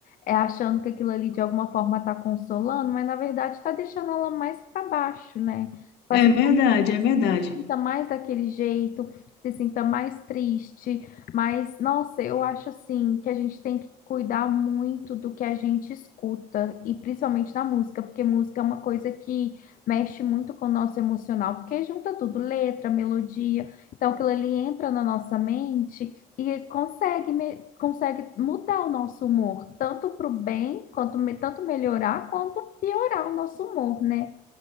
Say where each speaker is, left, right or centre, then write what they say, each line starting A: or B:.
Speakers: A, on the left; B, on the left.
A: é, achando que aquilo ali de alguma forma está consolando, mas na verdade está deixando ela mais para baixo, né? Fazendo
B: É verdade, é verdade.
A: sinta mais daquele jeito, se sinta mais triste, mas nossa, eu acho assim que a gente tem que cuidar muito do que a gente escuta e principalmente na música, porque música é uma coisa que mexe muito com o nosso emocional, porque junta tudo, letra, melodia, então aquilo ali entra na nossa mente e consegue me- consegue mudar o nosso humor, tanto para o bem, quanto me- tanto melhorar quanto piorar o nosso humor, né?